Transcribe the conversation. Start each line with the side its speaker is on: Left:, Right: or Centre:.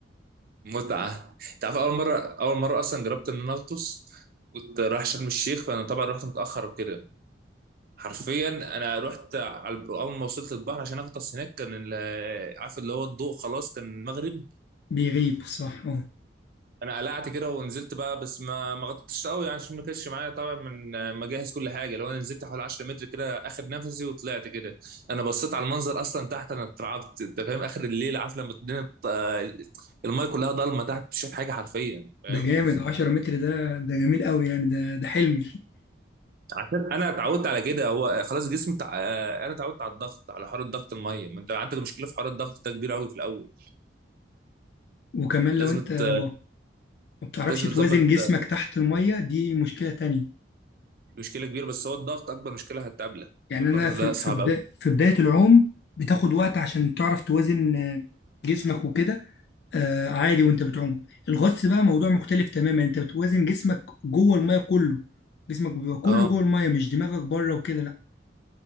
Right: متعه انت عارف اول مره اول مره اصلا جربت ان انا اغطس كنت رايح شرم الشيخ فانا طبعا رحت متاخر وكده حرفيا انا رحت على اول ما وصلت البحر عشان اغطس هناك كان ال- عارف اللي هو الضوء خلاص كان المغرب
Left: بيغيب صح اه
Right: انا قلعت كده ونزلت بقى بس ما ما غطيتش قوي يعني عشان ما كانش معايا طبعا من مجهز كل حاجه لو انا نزلت حوالي 10 متر كده اخد نفسي وطلعت كده انا بصيت على المنظر اصلا تحت انا اترعبت انت فاهم اخر الليل عارف لما الدنيا آه، المايه كلها ضلمه تحت مش شايف حاجه حرفيا فاهم
Left: ده جامد 10 متر ده ده جميل قوي يعني ده ده حلمي
Right: عشان انا اتعودت على كده هو خلاص جسمي تع... آه، انا اتعودت على الضغط على حر الضغط الميه ما انت عندك مشكله في حر الضغط ده كبير قوي في الاول
Left: <laughs> وكمان
Right: لازم
Left: لو انت اه
Right: ت...
Left: ما بتعرفش
Right: لازم
Left: توازن
Right: تظبط
Left: جسمك
Right: آه،
Left: تحت الميه دي مشكله تانية
Right: مشكله كبيره بس هو الضغط اكبر مشكله هتقابلك
Left: يعني
Right: الضغط
Left: انا في
Right: ده صعب
Left: في بدايه
Right: قوي
Left: في بدايه العوم بتاخد وقت عشان تعرف توازن آه، جسمك وكده آه، عادي وانت بتعوم الغطس بقى موضوع مختلف تماما انت بتوازن جسمك جوه الميه كله جسمك بيبقى كله
Right: اه
Left: جوه الميه مش دماغك بره وكده لا